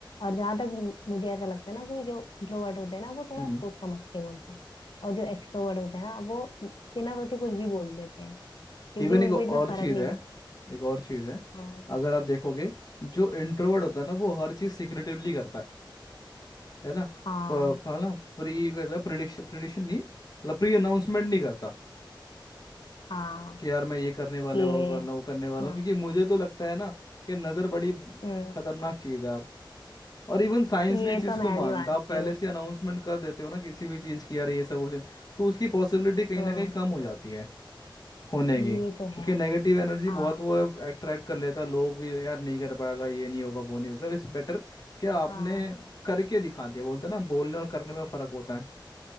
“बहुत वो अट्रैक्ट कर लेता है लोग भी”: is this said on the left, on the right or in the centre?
Left